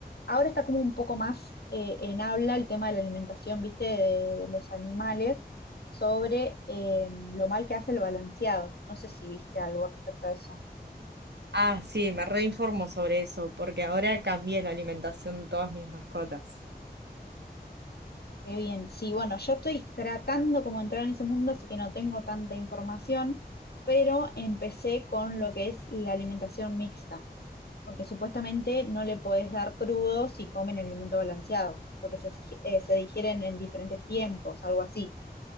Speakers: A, on the left; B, on the right.
A: Ahora está como un poco más eh, en habla el tema de la alimentación, viste, de, de los animales, sobre eh, lo mal que hace el balanceado. No sé si viste algo respecto a eso.
B: Ah, sí, me reinformo sobre eso, porque ahora cambié la alimentación de todas mis mascotas.
A: Qué bien. Sí, bueno, yo estoy tratando como de entrar en ese mundo, así que no tengo tanta información, pero empecé con lo que es la alimentación mixta. porque supuestamente no le podés dar crudo si comen el alimento balanceado, porque se, sig- eh, se digieren en diferentes tiempos, algo así.